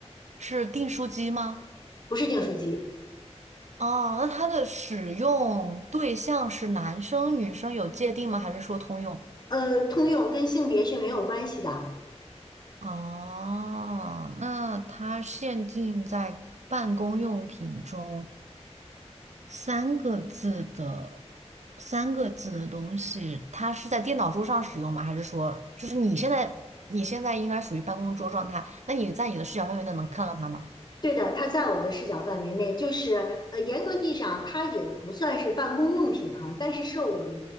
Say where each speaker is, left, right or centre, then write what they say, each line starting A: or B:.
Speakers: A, on the right; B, on the left.
A: 是订书机吗？
B: 不是订书机。
A: 哦，那它的使用对象是男生、女生有界定吗？还是说通用？
B: 呃，通用跟性别是没有关系的。
A: 哦，那它限定在办公用品中，三个字的三个字的东西，它是在电脑桌上使用吗？还是说，就是你现在你现在应该属于办公桌状态？那你在你的视角范围内能看到它吗？
B: 对的，它在我的视角范围内，就是呃，严格意义上它也不算是办公用品啊，但是是我们